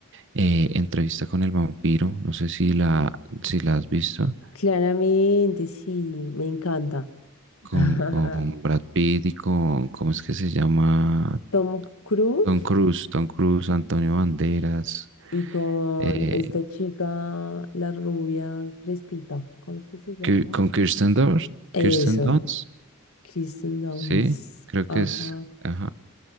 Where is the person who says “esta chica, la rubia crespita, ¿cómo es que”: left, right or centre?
Left